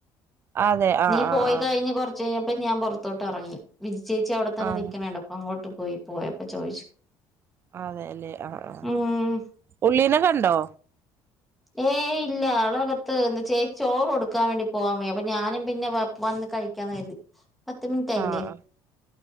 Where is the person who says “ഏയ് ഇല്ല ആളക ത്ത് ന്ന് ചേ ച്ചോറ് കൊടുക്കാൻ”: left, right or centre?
Centre